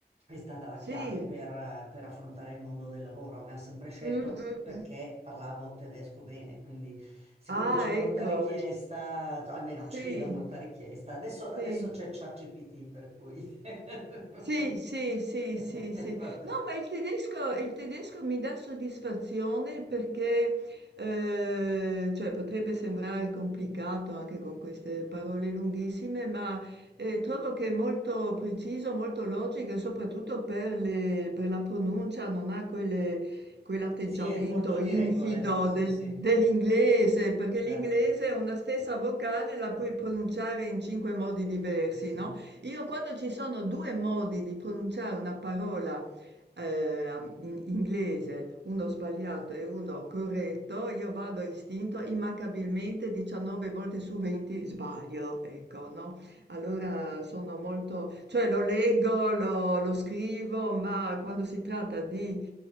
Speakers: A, on the right (about 40°); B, on the right (about 85°).
A: è stata la
B: sì.
A: chiave per, per affrontare il mondo del lavoro. Mi hanno sempre scelto
B: Mm, mm,
A: perché
B: mm.
A: parlavo tedesco bene, quindi siccome
B: Ah,
A: c'è molta
B: ecco.
A: richiesta, almeno c'era
B: Sì.
A: molta richiesta, adesso, adesso
B: Sì.
A: c'è ChatGPT, per cui... <laughs>
B: Sì, sì, sì, sì, sì.
A: Vabbè.
B: No, ma il tedesco il tedesco mi dà soddisfazione perché, ehm, cioè, potrebbe sembrare complicato anche con queste parole lunghissime, ma, ehm, trovo che è molto preciso, molto logico e soprattutto per le per la pronuncia non ha quelle quell'atteggiamento
A: Sì, è molto di
B: infido
A: regole, sì,
B: del
A: sì,
B: dell'inglese, perché
A: certo.
B: l'inglese è una stessa vocale la puoi pronunciare in 5 modi diversi,
A: Sì, sì.
B: no? Io quando ci sono due modi di pronunciare una parola eh, am- in inglese, uno sbagliato e uno corretto, io vado a istinto, immancabilmente 19 volte su 20 sbaglio, ecco, no? Allora sono molto, cioè lo leggo, lo, lo scrivo, ma quando si tratta di